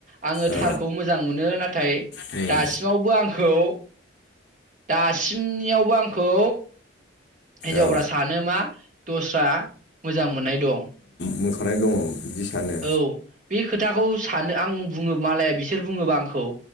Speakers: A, on the right (about 40°); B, on the left (about 60°).
A: आङो
B: औ
A: थारखौ मोजां मोनो नाथाय
B: उम
A: दासिमावबो आं खौ दासिमनियावबो आंखौ हिनजावफोरा
B: औ
A: सानो मा, दस्रा मो मोजां मोननाय दं,
B: मोखानाय दङ बिदि सानो
A: औ बे खोथाखौ सानो आं बुङो मालाया बिसोर बुङोबा आंखौ